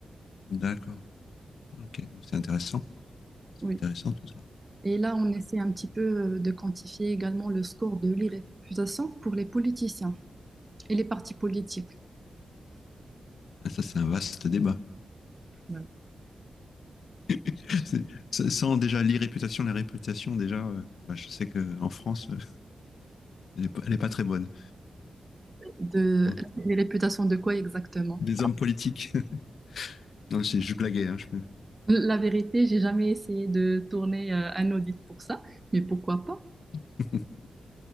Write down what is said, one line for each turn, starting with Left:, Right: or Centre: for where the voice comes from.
Left: D'accord. Ok, c'est intéressant. C'est
Right: Oui.
Left: intéressant tout ça.
Right: Et là, on essaie un petit peu euh, de quantifier également le score de l'irréputation pour les politiciens et les partis politiques.
Left: Ah, ça, c'est un vaste débat.
Right: Ouais.
Left: <laughs> C'est- c'est- Sans déjà l'irréputation, la réputation, déjà, euh, bah, je sais qu'en France, euh, elle n'est pas, elle est pas très bonne.
Right: De,
Left: Bon.
Right: les réputations de quoi exactement?
Left: Des hommes politiques. <laughs> Non, c'est- je blaguais. hein, je...
Right: La vérité, j'ai jamais essayé de tourner euh, un audit pour ça, mais pourquoi pas?
Left: <laughs>